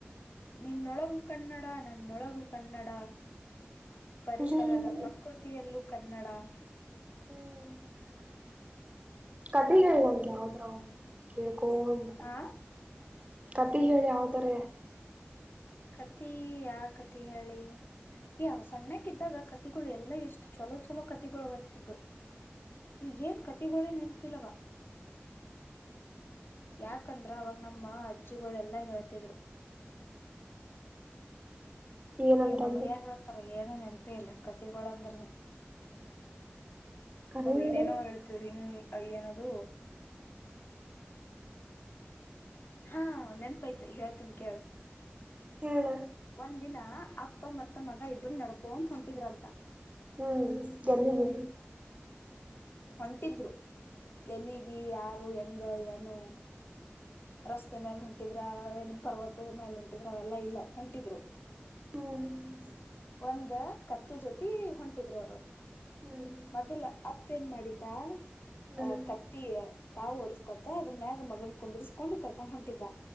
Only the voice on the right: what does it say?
ಹ್ಮ್
ಹ್ಮ್ <inaudible> ಕಥೆಗಳು ನಮ್ಗೆ ಯಾವದ್ರ ಬ್ರೋ ಕೇಳ
<unintelligible> ಕಥೆ ಹೇಳಿ ಯಾವುದರ.
ಏನಂತಂದ್ರೆ
ಕರೆಯಲೆ
ಹೇಳ
ಹ್ಮ್ ಎಲ್ಲಿಗೆ.
ಹ್ಮ್ <inaudible>
ಹ್ಮ್
ಹ್ಮ್